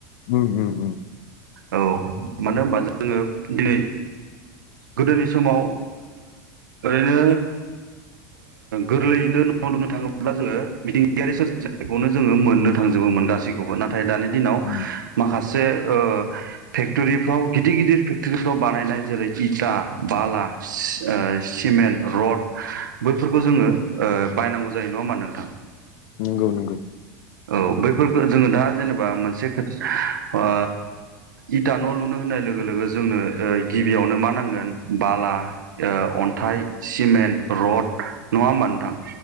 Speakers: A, on the left (about 65°); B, on the right (about 85°).
A: उ उ उ
B: औ मानो होनबा जोङो दिनै गोदोनि समाव ओरैनो गोरलैयैनो न'आव लुनो थाङोब्ला जोङो मिथिंगायारि सोर बेखौनो जोङो मोननो थांजोबोमोन गासैखौबो नाथाय। फाय दानि दिनाव
A: उम
B: माखासे से ओ फेक्ट'रिफ्राव गिदिर गिदिर फेक्टरिफ्राव बानायनाय जेरै इथा, बाला, सि ओ सिमेन्ट, रड बैफोरखौ जोङो बायनांगौ जायो नङा होमबा नोंथां?
A: नोंगौ नंगौ
B: औ बैफोरफोरखौ जोङो दा जेनेबा मोनसे ओ इटा न' लुनो होननाय लोगो लोगो जोंनो गिबियावनो मा नांगोन बाला ओ अन्थाइ सिमेन्ट रड नङा होमबा नोंथां